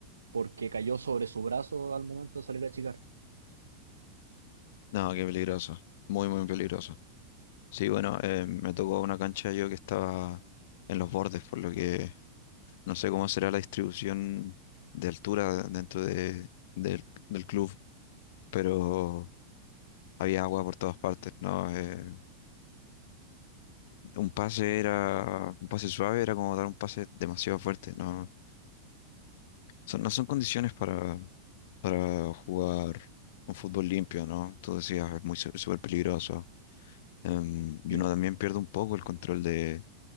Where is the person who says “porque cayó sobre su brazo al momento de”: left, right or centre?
Right